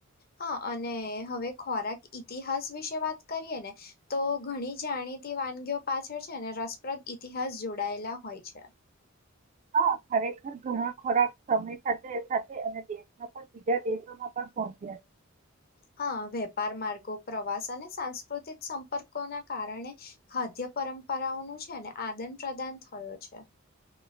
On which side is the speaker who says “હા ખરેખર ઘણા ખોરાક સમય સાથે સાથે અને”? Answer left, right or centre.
Right